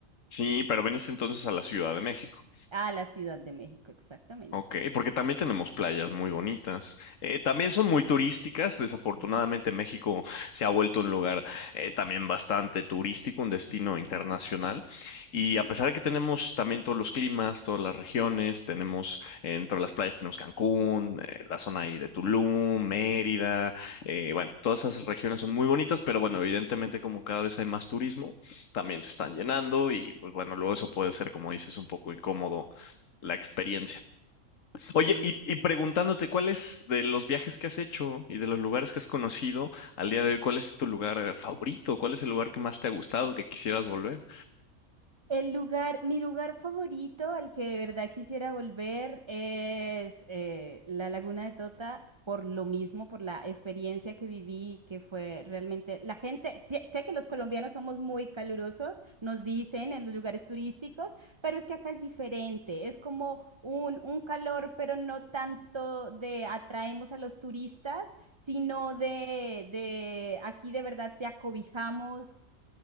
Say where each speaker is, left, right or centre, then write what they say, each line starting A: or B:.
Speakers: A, on the left; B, on the right.
A: Sí, pero veniste entonces a la Ciudad de México.
B: a la Ciudad de México, exactamente.
A: Ok, porque también tenemos playas muy bonitas. Eh, también son muy turísticas. Desafortunadamente,
B: Ujú,
A: México se ha vuelto un lugar eh, también bastante turístico, un destino internacional. Y
B: ujú.
A: a pesar de que tenemos también todos los climas, todas las regiones, tenemos eh, dentro de las playas tenemos Cancún, eh, la zona ahí de Tulum, Mérida. eh, bueno, todas esas regiones son muy bonitas, pero bueno, evidentemente como cada vez hay más turismo, también se están llenando y pues bueno, luego eso puede ser, como dices, un poco incómodo la experiencia. Oye,
B: Sí,
A: y,
B: sí,
A: y
B: sí.
A: preguntándote, cuáles de los viajes que has hecho y de los lugares que has conocido al día de hoy, cuál es tu lugar eh, favorito? ¿Cuál es el lugar que más te ha gustado, que quisieras volver?
B: El lugar, mi lugar favorito al que de verdad quisiera volver es eh, la Laguna de Tota, por lo mismo, por la experiencia que viví, que fue realmente, la gente, sé, sé que los colombianos somos muy calurosos, nos dicen en los lugares turísticos, pero es que acá es diferente, es como un, un calor, pero no tanto de atraemos a los turistas, sino de, de aquí de verdad te acobijamos